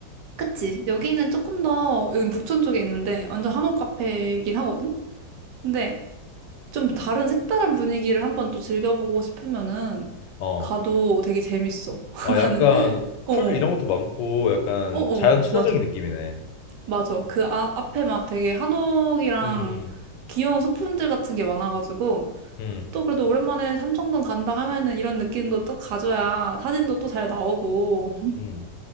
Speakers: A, on the right (about 75°); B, on the left (about 85°).
A: 그치? 여기는 조금 더 여기 북촌 쪽에 있는데 완전 한옥 카페이긴 하거든? 근데 좀 다른 색다른 분위기를 한번 또 즐겨보고 싶으면은
B: 어,
A: 가도 되게 재밌어. <laughs>
B: 아, 약간
A: 나는 어어
B: 풀 이런 것도 많고 약간
A: 어어
B: 자연 친화적인
A: 맞아
B: 느낌이네.
A: 맞아 그 아, 앞에 막 되게 한옥이랑
B: 음,
A: 귀여운 소품들 같은 게 많아가지고
B: 음,
A: 또 그래도 오랜만에 삼청동 간다 하면은 이런 느낌도 또 가져야 사진도 또 잘 나오고
B: 음, 음.